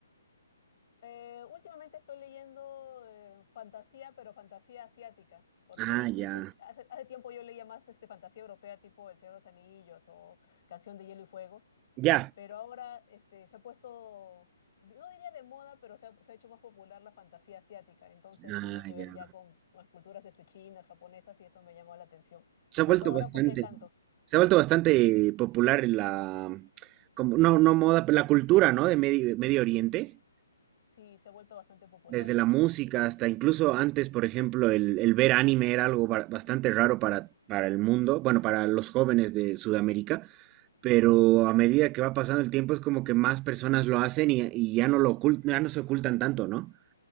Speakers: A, on the left; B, on the right.
A: Eh, últimamente estoy leyendo eh, fantasía, pero fantasía asiática, porque
B: Ah,
A: mucho,
B: ya.
A: hace, hace tiempo yo leía más este, fantasía europea tipo El Señor de los Anillos o Canción de Hielo y Fuego,
B: Ya.
A: pero ahora este, se ha puesto, no diría de moda, pero se ha, se ha hecho más popular la fantasía asiática, entonces
B: Ah,
A: tiene que ver
B: ya.
A: ya con las culturas este, chinas, japonesas, y eso me llamó la atención,
B: Se ha
A: sobre
B: vuelto
A: todo ahora
B: bastante,
A: porque hay tanto.
B: se ha vuelto bastante
A: Sí.
B: popular en la, como, no, no moda, pero la cultura, ¿no? De Medio, Medio Oriente,
A: Sí, se ha vuelto bastante popular.
B: desde la música
A: Eh,
B: hasta incluso antes, por ejemplo, el, el ver anime era algo ba- bastante raro para, para el mundo, bueno, para los jóvenes de Sudamérica, pero a medida que va pasando el tiempo es como que más personas lo hacen y, y ya no lo ocult- ya no se ocultan tanto, ¿no?